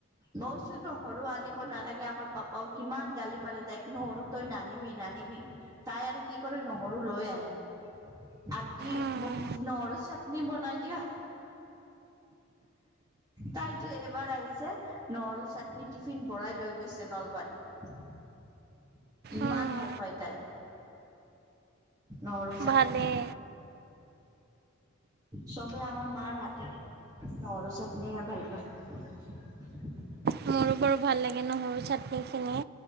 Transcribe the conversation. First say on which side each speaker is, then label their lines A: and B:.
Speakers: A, on the right; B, on the right.
A: বৌচুতো সৰু আনিব নালাগে আমাৰ পাপাও কিমান গালি পাৰে তাইক নো সৰু তই নানিবি নানি। তাই আৰু কি কৰে নহৰু লৈ আহে। আন্টি
B: উম,
A: মোক নৰু চাটনি বনাই দিয়া। তাইতো এবাৰ আহিছে নহৰু চাটনি টিফিন ভৰাই লৈ গৈছে নলবাৰীত। ইমান
B: উম,
A: ভাল পাই তাই। নহৰু চাটনি।
B: ভালেই
A: চবেই আমাৰ মাৰ হাততে নৰু চাপ নি ভাল পায়। <unintelligible>
B: মোৰো বাৰু ভাল লাগে নহৰু চাটনি খিনিয়ে